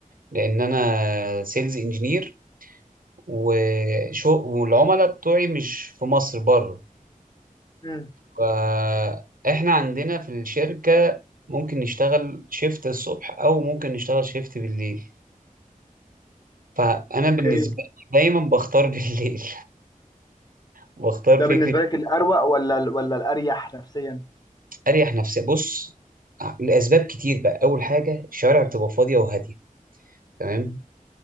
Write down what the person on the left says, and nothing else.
امم
اوكي
ده
بالنسبه لك الاروق ولا ولا الاريح نفسيا